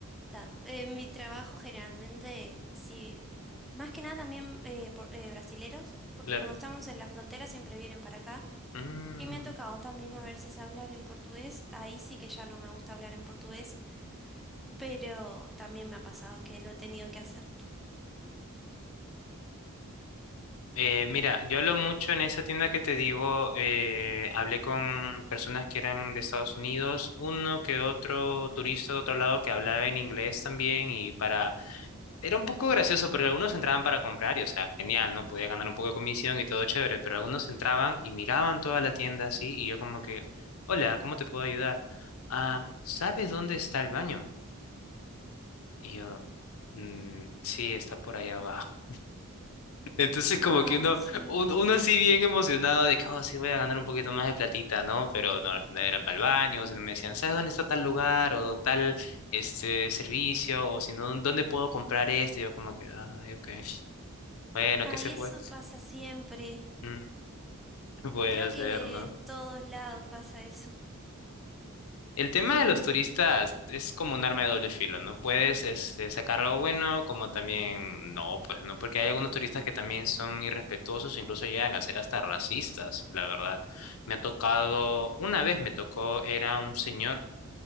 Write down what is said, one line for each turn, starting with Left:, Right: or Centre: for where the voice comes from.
Centre: ta, en mi trabajo generalmente, sí, más que nada también eh, por- eh, brasileros, porque
Left: claro.
Centre: como estamos en la frontera siempre vienen para acá.
Left: Mm.
Centre: Y me ha tocado también a veces hablar en portugués. Ahí sí que ya no me gusta hablar en portugués, pero también me ha pasado que lo he tenido que hacer.
Left: Eh, mira, yo hablo mucho en esa tienda que te digo, eh, hablé con personas que eran de Estados Unidos, uno que otro turista de otro lado que hablaba en inglés también y para... Era un poco gracioso, pero algunos entraban para comprar y, o sea, genial, ¿no? Podía ganar un poco de comisión y todo chévere, pero algunos entraban y miraban toda la tienda así y yo como que, hola, ¿cómo te puedo ayudar? Ah, ¿sabes dónde está el baño? Y yo, "Mm, sí, está por ahí abajo. Entonces como
Centre: Ay,
Left: que uno,
Centre: sí.
Left: un- uno así bien emocionado de que, oh, sí voy a ganar un poquito más de platita, ¿no? Pero no, al final era para el baño, si no me decían, ¿sabes dónde está tal lugar o tal este servicio? O si no, ¿dónde puedo comprar esto? Y yo como que, ay, ok. Bueno,
Centre: Ay,
Left: ¿qué se puede?
Centre: eso pasa siempre.
Left: Mm, <laughs> ¿Qué se puede
Centre: Creo
Left: hacer,
Centre: que
Left: no?
Centre: en todos lados pasa eso. <laughs>
Left: El tema de los turistas es como un arma de doble filo, ¿no? Puedes este, sacar algo bueno, como también no, pues no, porque hay algunos turistas que también son irrespetuosos, incluso llegan a ser hasta racistas, la verdad. Me ha tocado, una vez me tocó, era un señor